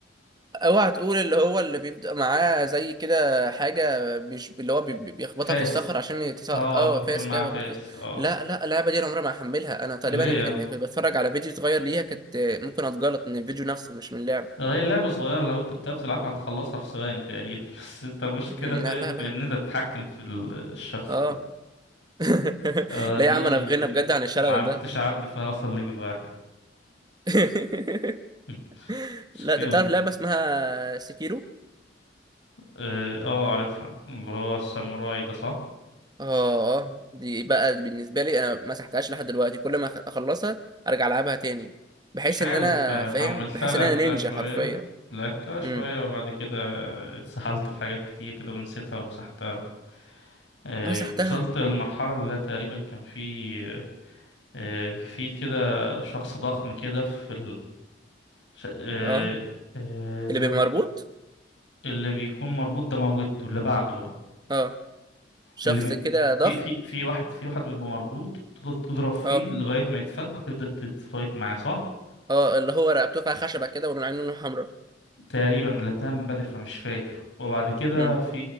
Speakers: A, on the right; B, on the left.
A: اوعى تقول اللي هو اللي بيبدأ معاه زي كده حاجة بيش... اللي هو بي... بي- بيخبطها
B: فاس
A: في الصخر عشان يتساقط
B: اه
A: اه
B: بيكون
A: فاس
B: معاه
A: كده بيخبطها
B: فاس
A: في الصخر.
B: اه
A: لا لا اللعبة دي انا عمري ما هحملها انا تقريبا
B: ليه
A: ال-
B: يعني؟
A: اللي كنت بتفرج على فيديو صغير ليها كنت آه، ممكن اتجلط من الفيديو نفسه مش من اللعبة
B: ده هي اللعبة صغيرة لو انت بتعرف تلعبها هتخلصها في ثواني تقريبا <laughs> بس انت المشكلة
A: مم،
B: فاهم
A: لا لا
B: في
A: لا
B: ان انت تتحكم في ال- الشخص
A: اه
B: ده
A: <laughs>
B: آه
A: لا
B: دي
A: يا عم انا في غنى بجد عن الشلل
B: ما عرفتش
A: ده
B: اعدي فيها اصلا ليفل واحد
A: <laughs>
B: <laughs> مشكلة
A: لا انت بتعرف لعبة اسمها سكيرو
B: اه اه، عارفها اللي هو الساموراي ده صح
A: اه اه دي بقى بالنسبه لي انا ما مسحتهاش لحد دلوقتي كل ما أخ- اخلصها ارجع العبها تاني بحيث
B: مش عارف
A: ان انا
B: آه،
A: فاهم
B: حملتها
A: بحيث
B: لعبتها
A: ان انا نينجا
B: شوية
A: حرفيا
B: لعبتها شوية
A: امم
B: وبعد كده اتسحلت في حاجات كتير كده ونسيتها ومسحتها آه،
A: مسحتها
B: وصلت للمرحلة اللي تقريبا كان في آه، آه، في كده شخص ضخم كده في ش... آه...
A: اه
B: آه... زي
A: اللي بيبقى
B: ما
A: مربوط
B: اللي بيكون مربوط ده موتته اللي بعده بقى
A: اه شخص
B: اللي بي...
A: كده ضخم
B: في في في واحد في واحد بيبقى مربوط تفضل تضرب فيه
A: اه
B: لغاية ما يتفك وتبدأ تتفايت معاه صح؟
A: اه اللي هو رقبته فيها خشبه كده والعين لونها حمراء
B: تقريبا اللي اتهم من بدري فمش فاكر وبعد كده
A: امم
B: في